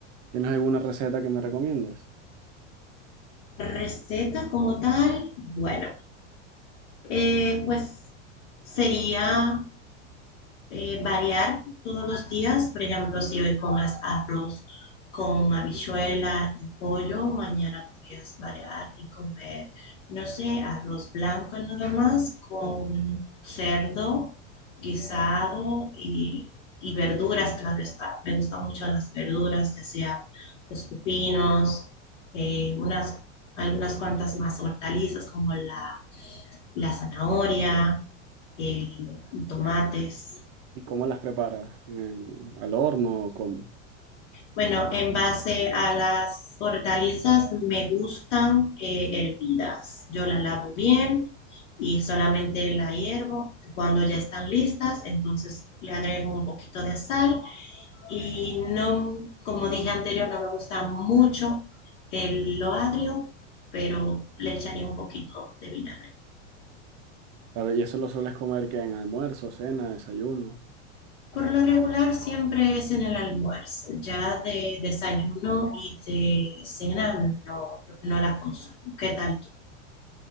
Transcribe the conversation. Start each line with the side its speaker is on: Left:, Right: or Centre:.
Right: ¿Tienes alguna receta que me recomiendes?
Left: Receta como tal, bueno, eh, pues sería eh, variar todos los días. Por ejemplo, si hoy comas arroz con habichuela y pollo, mañana podrías variar y comer, no sé, arroz blanco nada más con cerdo guisado y, y verduras, claro está. Me gustan mucho las verduras, ya sea los pepinos, eh, unas, algunas cuantas más hortalizas como la, la zanahoria, eh, tomates.
Right: ¿Y cómo las preparas? ¿En- ¿Al horno? ¿Cómo?
Left: Bueno, en base a las hortalizas me gustan eh, hervidas. Yo la lavo bien y solamente la hiervo. Cuando ya están listas, entonces le agrego un poquito de sal y no, como dije anterior, no me gusta mucho el, lo agrio, pero le echaría un poquito de vinagre.
Right: Claro, y eso lo sueles comer que en almuerzo, cena, desayuno.
Left: Por lo regular siempre es en el almuerzo, ya de desayuno y de cena no, no la consumo. ¿Qué tal? tú?